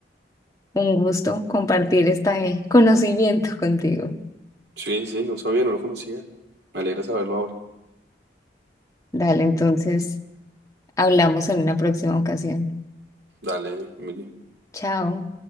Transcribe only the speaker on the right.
Sí, sí, no sabía, no lo conocía. Me alegra saberlo ahora.
Dale, Emily.